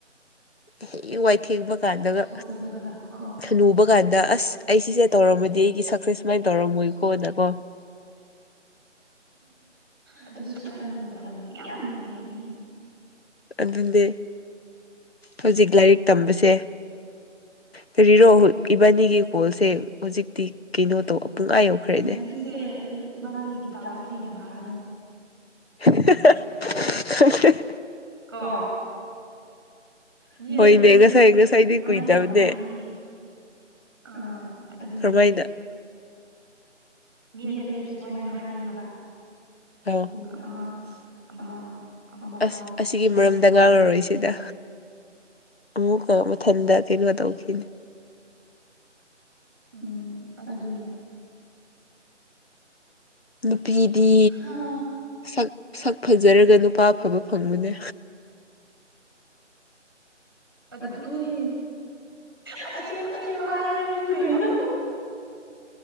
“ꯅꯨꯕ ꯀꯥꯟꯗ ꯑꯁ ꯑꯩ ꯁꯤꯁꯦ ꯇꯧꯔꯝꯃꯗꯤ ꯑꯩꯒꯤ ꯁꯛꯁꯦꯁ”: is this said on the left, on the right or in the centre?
Left